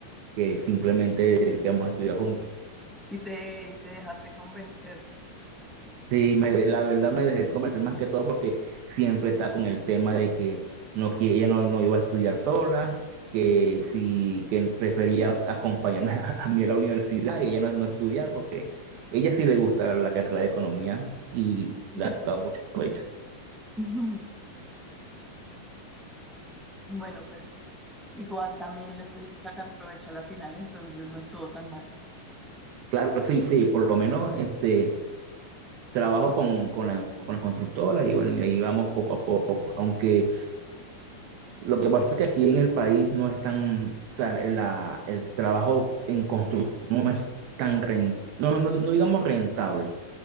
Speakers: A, on the right (about 45°); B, in the centre.
A: que simplemente que
B: Sí.
A: queríamos estudiar juntos.
B: Y te, y te dejaste convencer.
A: Sí, me, de- la verdad me dejé convencer más que todo porque siempre está con el tema de que no, que ella no, no iba a estudiar sola, que sí, que prefería acompañarme <laughs> a mí a la universidad y ella no, no estudiar porque ella sí le gusta la carrera de economía y
B: Ujú.
A: le ha sacado mucho provecho.
B: Ujú. Bueno, pues igual también le puse sacar provecho a la final, entonces no estuvo tan mal.
A: Claro, sí, sí, por lo menos este, trabajo con, con la, con la constructora y bueno, y ahí vamos poco a poco, aunque... Lo que pasa es que aquí en el país no es tan, o sea, el la- el trabajo en construcción no es tan ren- no, no, no digamos rentable,